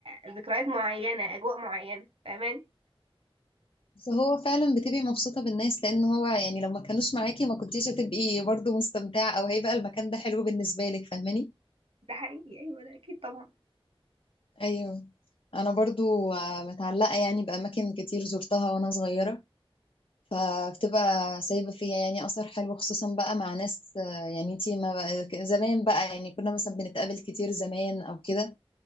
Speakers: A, on the right; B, on the left.
A: آه، ذكريات معينه اجواء معينه فاهماني
B: بس هو فعلا بتبقي مبسوطة بالناس لان هو يعني لو ما كانوش معاكي ما كنتيش هتبقي برضو مستمتعة او هيبقى المكان ده حلو بالنسبة لك فاهماني
A: ده حقيقي ايوه ده اكيد طبعا
B: ايوه انا برضو آه، متعلقة يعني باماكن كتير زرتها وانا صغيرة فبتبقى سايبة فيا يعني أثر حلو خصوصا بقى مع ناس آه، يعني انتي ما بقى زمان بقى يعني كنا مثلا بنتقابل كتير زمان أو كده